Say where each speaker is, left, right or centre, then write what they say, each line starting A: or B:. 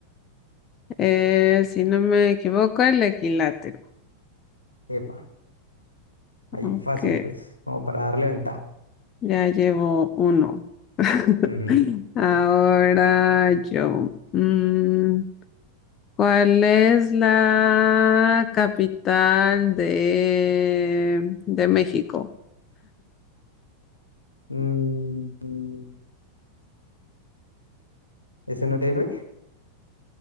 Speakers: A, on the left; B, on the left.
A: Eh, si no me equivoco, el equilátero.
B: Epa, ahí,
A: Ok,
B: fácil pues, como para darle ventaja.
A: ya llevo uno. <laughs>
B: Ujú.
A: Ahora yo. Mm, ¿Cuál es la capital de, de México?
B: Mm, mm, ¿ese no es DF? <laughs>